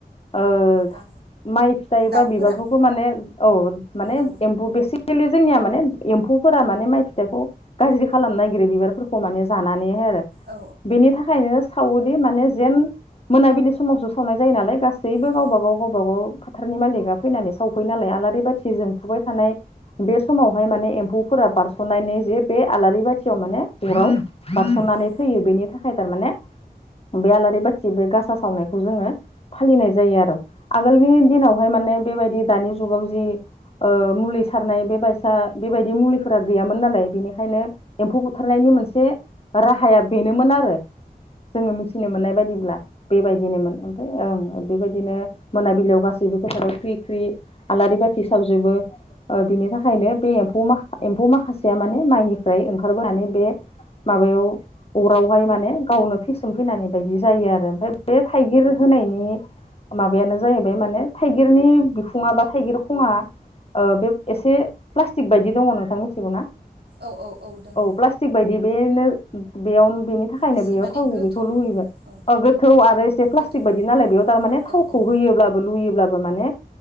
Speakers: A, on the left (about 40°); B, on the right (about 80°).
A: ओ
B: बा
A: माइ फिथाइ
B: दाउफोरा
A: बा बिबारफोरखौ माने औ माने
B: औ
A: एम्फु बेसे खिलि जोंनिया माने एम्फौफोरा माने माइ फिथाइखौ गाज्रि खालामनो नागिरो बिबारफोरखौ माने जानानै नैहाय आरो
B: औ
A: बेनि थाखायनो सावोदि माने जेन मोनाबिलि समावसो सावनाय जायो नालाय गासैबो
B: औ
A: गावबा गाव गावबा गाव फोथारनि मालिका फैनानै सावफैयो नालाय आलारि बाथि जोंफुबाय थानाय बे समावहाय माने एम्फौफोरा बारस'नायनि जे बे आलारि बाथियाव माने अराव बारस'नानै
B: औ
A: थैयो बेनि थाखाय थारमाने बे आलारि बाथि बे गासा सावनायखौ जोङो फालिनाय जायो आरो। आगोलनि दिनावहाय माने बेबादि दानि जुगाव जि ओ मुलि सारनाय बे बायसा बेबादि मुलि फोर गैयामोन नालाय बेनिखायनो एम्फौ बुथारनायनि मोनसे राहाया बेनोमोन आरो जोङो मिथिनो मोननाय बायदिब्ला। बेबायदिनोमोन ओमफ्राय ओं ओ बेबायदिनो मोनाबिलियाव गासैबो फोथाराव ख्रि ख्रि आलारि बाथि सावजोबो। ओ बिनि थाखायनो बे एम्फौ माखा एम्फौ माखासेया माने माइनिफ्राय ओंखारबोनानै बे माबायाव अरावहाय माने गावनो थैसोम फैनानै बायदि जायो आरो ओमफ्राय बे थाइगिर होनायनि माबायानो जाहैबाय माने थाइगिरनि बिखुङा बा थाइगिर खङा ओ बे एसे प्लास्टिक बायदि दङ' नोंथां मिथिगौ ना?
B: औ औ औ दं।
A: प्लास्टिक बायदि बेनो बेयाव बेनि थाखायनो
B: एसे
A: बेयाव
B: माने
A: थाव
B: गोथौ
A: गुबैखौ लुुयोमोन।
B: औ
A: ओ गोथौ आरो एसे प्लास्टिक
B: गोथौबो
A: बायदि नालाय बेयाव थारमाने थावखौ
B: औ औ
A: होयोब्लाबो लुयोब्लाबो बो माने